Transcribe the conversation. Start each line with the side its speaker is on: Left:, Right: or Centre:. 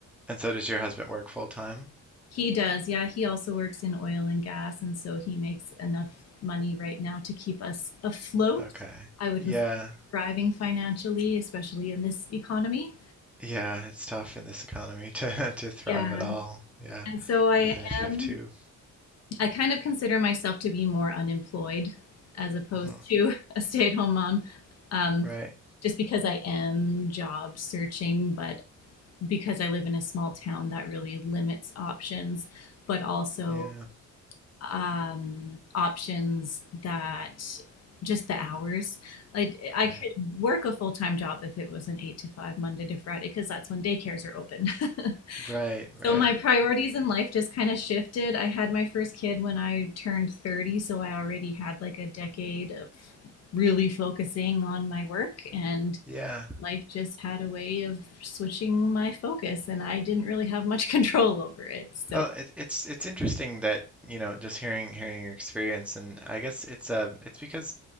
Centre: And so does your husband work full time?
Left: He does, yeah. He also works in oil and gas, and so he makes enough money right now to keep us afloat.
Centre: Okay.
Left: I wouldn't
Centre: Yeah.
Left: say thriving financially, especially in this economy.
Centre: Yeah, it's tough in this economy to <laughs> to thrive
Left: Yeah.
Centre: at all. Yeah.
Left: And so I
Centre: Even if you
Left: am,
Centre: have two.
Left: I kind of consider myself to be more unemployed as opposed
Centre: hmm
Left: to <laughs> a stay-at-home mom, um,
Centre: Right.
Left: just because I am job searching, but because I live in a small town that really limits options, but also
Centre: Yeah.
Left: um, options that just the hours. I I could
Centre: Right.
Left: work a full time job if it was an eight to five Monday to Friday because that's when daycares are open.
Centre: Right.
Left: <laughs>
Centre: Right.
Left: so my priorities in life just kind of shifted. I had my first kid when I turned thirty, so I already had like a decade of really focusing on my work and
Centre: Yeah.
Left: life just had a way of switching my focus and I didn't really have much <laughs> control over it. So,
Centre: Well, it, it's it's interesting that you know just hearing hearing your experience, and I guess it's uh it's because